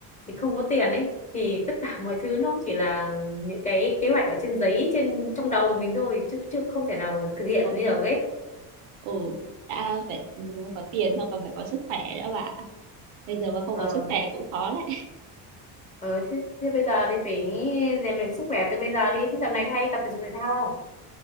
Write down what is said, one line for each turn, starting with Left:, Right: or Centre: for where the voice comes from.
Left: thì không có tiền ấy thì tất cả <laughs> mọi thứ nó chỉ là những cái kế hoạch ở trên giấy trên trong đầu của mình thôi chứ chứ không thể nào thực hiện
Right: ờ,
Left: như được ấy
Right: ờ, đã phải có tiền thôi, còn phải có sức khỏe nữa bà. Bây giờ mà không
Left: ờ,
Right: có sức khỏe cũng khó đấy.
Left: ờ thế, thế bây giờ thì phải rèn luyện sức khỏe từ bây giờ đi thế dạo này có hay tập thể dục thể thao không